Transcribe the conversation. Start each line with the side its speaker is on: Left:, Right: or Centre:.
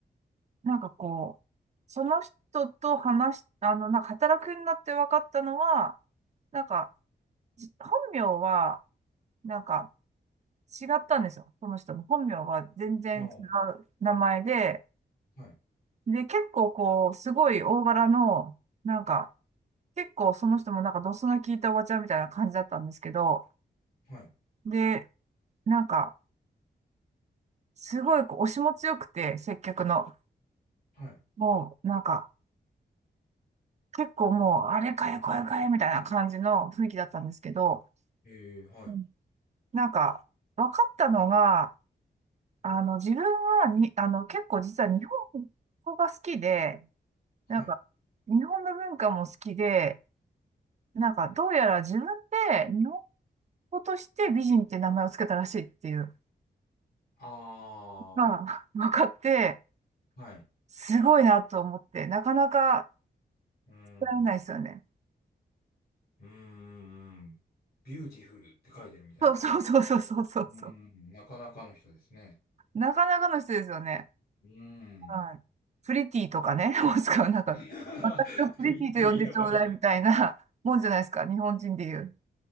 Right: なんかこう、その人と話し、あの、なんか働くようになって分かったのは、なんか、じ本名は、なんか違ったんですよ。その人の本名は全然違う名前で、
Left: ああ、はい、
Right: で、結構こう、すごい大柄の、なんか、結構その人もなんかドスの効いたおばちゃんみたいな感じだったんですけど、
Left: はい、
Right: で、なんか、すごいこう押しも強くて、接客の。
Left: はい。
Right: もう、なんか、結構もう、あれかよ、これかよ、みたいな感じの雰囲気だったんですけど、
Left: ええ、はい、
Right: うんなんか、分かったのが、あの、自分はに、あの、結構実は日本語が好きで、
Left: はい。
Right: なんか、日本の文化も好きで、なんか、どうやら自分で日本語として美人って名前をつけたらしいっていう、
Left: あ
Right: まあ、<laughs> 分かって、
Left: あ、はい。
Right: すごいなと思って、なかなか、
Left: うーん、
Right: られないですよね。
Left: うーん。ビューティフルって書いてるみたいなことです。
Right: そうそうそうそうそうそう。
Left: うーん、なかなかの人ですね。
Right: なかなかの人ですよね。
Left: うーん。
Right: はい。プリティとかね、<laughs> もしくはなんか、
Left: <laughs>
Right: 私をプリティと呼んでちょうだいみたいなもんじゃないですか、
Left: プリティ <laughs> やばいね。
Right: 日本人で言う。